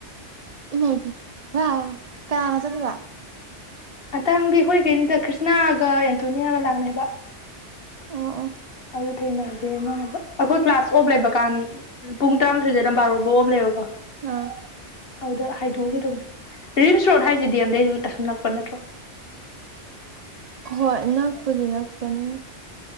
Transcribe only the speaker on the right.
ꯏꯃꯥꯢ ꯄꯦꯃ ꯋꯥꯎ ꯀꯥꯅꯒ ꯆꯠꯇꯣꯢꯕꯥ
ꯑꯣ ꯑꯣ
ꯎꯝ
ꯍꯣꯏ ꯅꯛꯄꯨꯗꯤ ꯅꯛꯄꯅꯤ